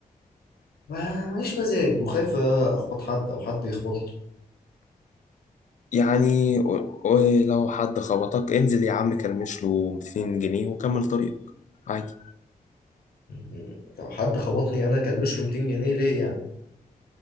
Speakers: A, on the left; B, on the left.
A: ما ماليش مزاج وخايف اخبط حد او حد يخبط
B: يعني و- ولو حد خبطك انزل يا عم كلمش له 200 جنيه وكمل طريقك عادي
A: مهم. لو حد خبطني انا كان مش له 200 جنيه ليه يعني